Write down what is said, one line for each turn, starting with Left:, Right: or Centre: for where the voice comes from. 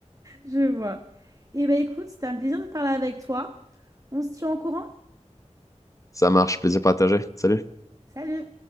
Right: Je vois. Eh bien, écoute, c'était un plaisir de parler avec toi. On se tient au courant?
Left: ça marche plaisir partagé salut
Right: Salut!